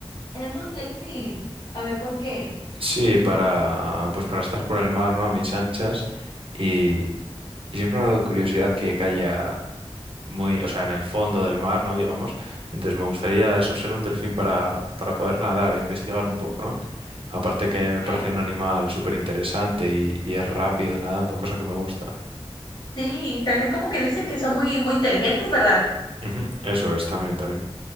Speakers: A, on the left (about 45°); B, on the right (about 55°).
A: En un delfín. A ver, ¿por qué?
B: Sí, para, pues para estar por el mar, ¿no? A mis anchas. Y, y siempre me ha dado curiosidad que haya muy, o sea, en el fondo del mar, ¿no? Digamos. Entonces me gustaría eso, ser un delfín para, para poder nadar e investigar un poco, ¿no? Aparte que me parece
A: ¿Eh?
B: un animal súper interesante y, y es rápido nadando, cosa que me gusta.
A: Sí, también como que dicen que son muy, muy inteligentes, ¿verdad?
B: Ujú, Eso es, también, también.